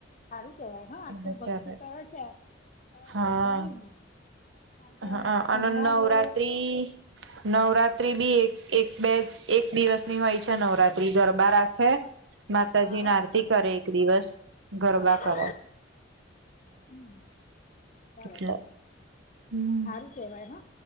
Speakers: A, on the left (about 40°); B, on the right (about 70°).
A: સારું કેવાય હા આટલું
B: એટલે
A: ભક્તિ
B: ચાલે
A: કરે છે તમારે
B: હા
A: ગમ્યું મને. કારણ કે
B: હા
A: ભણવા
B: અને નવરાત્રી
A: જોડે
B: નવરાત્રી બી એક એક બે એક દિવસની હોય છે નવરાત્રી ગરબા રાખે માતાજી
A: હા
B: ના આરતી કરે એક દિવસ ગરબા
A: બરોબર
B: કરે.
A: હમ બરોબર
B: એટલે હમ
A: હા શું કેવાય હ